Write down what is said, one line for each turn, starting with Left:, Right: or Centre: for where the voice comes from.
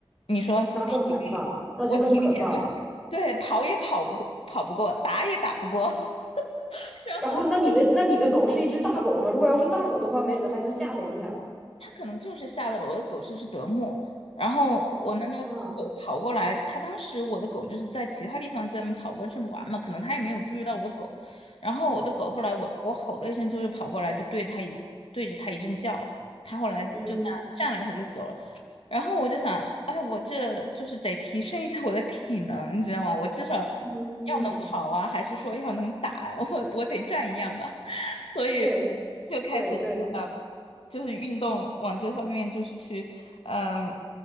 Left: 你说体力，
Centre: 那更害怕，那就更可怕了。
Left: 我体力也不行，对，跑也跑不过，跑不过，打也打不过。<laughs> 然后。
Centre: 然后，那你的那你的狗是一只大狗吗？如果要是大狗的话，没准儿还能吓它一下。
Left: 它可能就是吓到了我的狗，是只德牧。然后我那个狗跑过来，
Centre: 啊，
Left: 它当时我的狗就是在其他地方在跑过去玩嘛，可能它也没有注意到我的狗。然后我的狗后来我我吼了一声之后就跑过来，就对它一对着它一阵叫，它后来就那样站了一会儿就走了。
Centre: 嗯
Left: 然后我就想，哎，我这就是得提升一下我的体能，你知道吗？我至少
Centre: 嗯嗯，
Left: 要能跑啊，还是说要能打啊？<laughs> 我我得站一样吧。<laughs> 所以
Centre: 对
Left: 就开始。
Centre: 对对。
Left: 嗯。就是运动往这方面就是去，嗯，